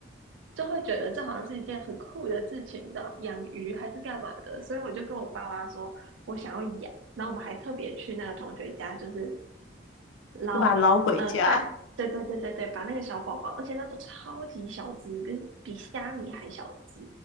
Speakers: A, on the right; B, on the left.
A: 就会觉得这好像是一件很酷的事情的，养鱼还是干嘛的，所以我就跟我爸妈说我想要养，然后我们还特别去那个同学家，就是捞呃蛋，
B: 就把它捞回家。
A: 对对对对对，把那个小宝宝，而且那都超级小只，跟比虾米还小只，